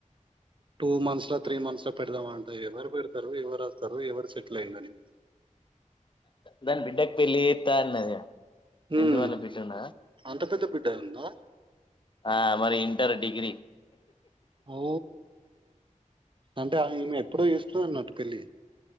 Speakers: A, on the right (about 40°); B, on the left (about 40°).
A: టూ మంత్స్ తా త్రీ మన్త్లో పెడదామా అంట ఎవరు పెడతారు ఎవరు వస్తారు ఎవరు సెట్లైండని
B: దాని బిడ్డకి పెళ్ళి ఎత్తన్నదిగా చందు
A: ఉమ్
B: వాళ్ళ బిడ్డనా
A: అంత పెద్ద ఉందా
B: ఆ మరి ఇంటర్ డిగ్రీ
A: ఓ అంటేఆమె ఎప్పుడో చేసుకుందన్నట్టు పెళ్ళి